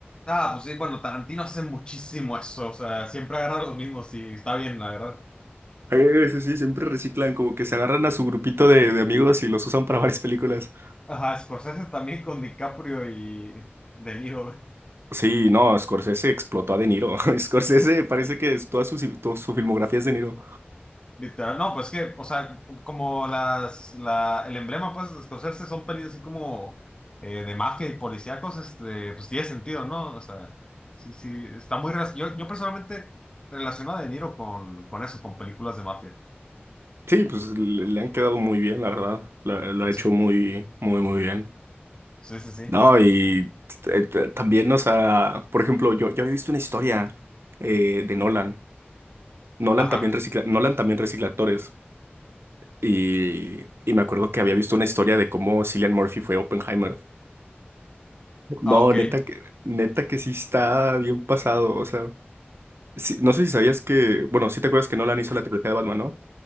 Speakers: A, on the left; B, on the right.
A: Ah, pues sí, bueno, Tarantino hace muchísimo eso, o sea, siempre agarra los mismos y está bien, la verdad.
B: Eh, sí, sí, siempre reciclan, como que se agarran a su grupito de, de amigos y los usan para varias películas.
A: Ajá, Scorsese también con DiCaprio y De Niro, güey.
B: Sí, no, Scorsese explotó a De Niro. <laughs> Scorsese parece que es- toda su, toda su filmografía es De Niro.
A: literal. No, pues que, o sea, como las, la, el emblema, pues, de Scorsese son pelis así como eh, de mafia y policíacos, este, pues tiene sentido, ¿no? O sea, sí, sí, está muy... raz- Yo, yo personalmente relaciono a De Niro con, con eso, con películas de mafia.
B: Sí, pues le, le han quedado muy bien, la verdad. La- Lo, ha
A: Sí,
B: hecho muy, muy, muy bien.
A: sí, sí, sí.
B: No, y t- t- también, o sea, por ejemplo, yo, yo había visto una historia eh, de Nolan. Nolan
A: Ajá.
B: también recicla, Nolan también recicla actores. Y, y me acuerdo que había visto una historia de cómo Cillian Murphy fue Oppenheimer. No,
A: Ah, ok.
B: neta que, neta que sí está bien pasado. O sea, sí- no sé si sabías que, bueno, sí te acuerdas que Nolan hizo la trilogía de Batman, ¿no?